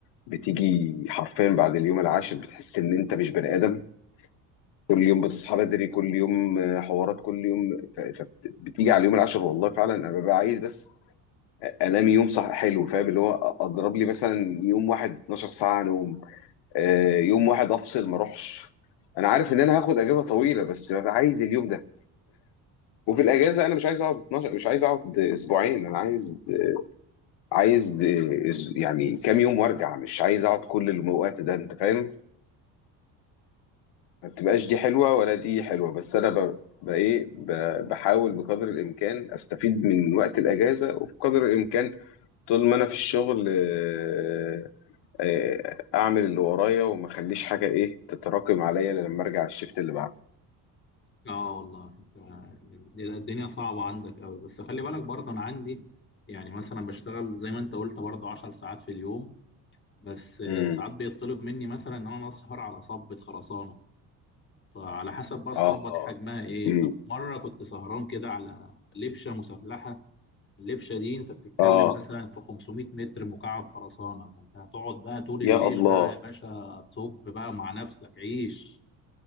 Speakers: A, on the left (about 75°); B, on the left (about 25°).
A: بتيجي حرفيا بعد اليوم العاشر بتحس ان انت مش بني ادم كل يوم بتصحى بدري كل يوم حوارات كل يوم ف... فبتيجي على اليوم العاشر والله فعلا انا ببقى عايز بس انام يوم صح حلو فاهم اللي هو اضرب لي مثلا يوم واحد 12 ساعه نوم آه، يوم واحد افصل ما اروحش انا عارف ان انا هاخد اجازه طويله بس ببقى عايز اليوم ده وفي الاجازه انا مش عايز اقعد 12 مش عايز اقعد اسبوعين انا عايز عايز أس- يعني كام يوم وارجع مش عايز اقعد كل الوقت ده انت فاهم ما بتبقاش دي حلوه ولا دي حلوه بس انا ب... ب... ايه ب... بحاول بقدر الامكان استفيد من وقت الاجازه وبقدر الامكان طول ما انا في الشغل آه، آه، اعمل اللي ورايا وما اخليش حاجه ايه تتراكم عليا لما ارجع الشفت اللي
B: اه والله انت دي- الدنيا صعبة عندك قوي بس خلي بالك برضه انا عندي يعني مثلا بشتغل زي ما انت قلت برضه 10 ساعات في اليوم بس آه،
A: بعده
B: ساعات بيطلب مني مثلا ان انا اسهر على صبة خرسانة فعلى حسب بقى الصبة
A: اه
B: دي حجمها ايه
A: امم
B: ففي مرة كنت سهران كده على لبشة مسلحة اللبشه دي انت بتتكلم
A: اه
B: مثلا في 500 متر مكعب خرسانه فانت هتقعد بقى طول
A: يا
B: الليل
A: الله
B: بقى يا باشا تصب بقى مع نفسك عيش